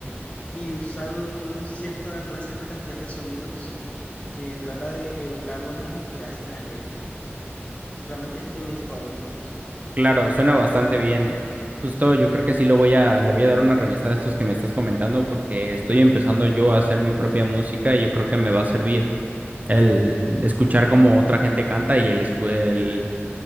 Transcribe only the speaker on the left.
y usan un cierto, una cierta cantidad de sonidos que trata de evocar lo mismo que hacen las letras. Realmente es de mis favoritos.